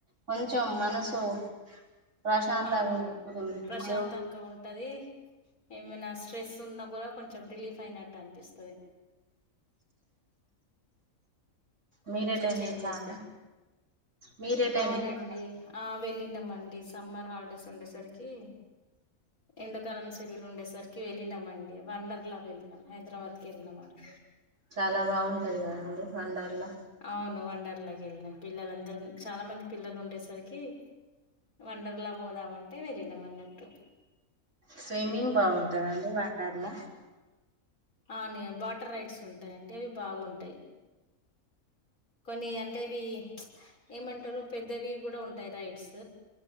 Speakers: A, on the right (about 55°); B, on the left (about 90°).
A: కొంచెం మనసు ప్రశాంతంగా
B: అవునవును
A: ఉంటది కొంచెం
B: ప్రశాంతంగా
A: దేవుడు
B: ఉంటది ఏమనా స్ట్రెస్ ఉన్నా కూడా కొంచెం రిలీఫ్ అయినట్టు అనిపిస్తది కొంచెం
A: మీరేటైనా
B: చేంజ్
A: వెళ్ళారా
B: అయితే
A: మీరేటైనా
B: అవునండి
A: వెళ్ళారా
B: ఆ వెళ్ళినామండి సమ్మర్ హాలిడేస్ ఉండేసరికి ఎండకాలం సెలవలు ఉండేసరికి వెళ్ళినమండి వండర్ లా వెళ్ళినాం హైదరాబాద్కి వెళ్ళినం మండి
A: చాలా బాగుంటది కదండి వండర్ లా
B: అవును వండర్లాకి వెళ్ళినాం పిల్లలందరు చాలా మంది పిల్లలు ఉండేసరికి వండర్లా పోదాం అంటే వెళ్ళినం అన్నట్టు
A: స్విమ్మింగ్ బాగుంటదండి వండర్ల
B: ఆని వాటర్ రైడ్స్ ఉంటాయండి అవి బాగుంటాయి కొన్ని అంటేవి ఏమంటారు పెద్దవి కూడా ఉంటాయి రైడ్స్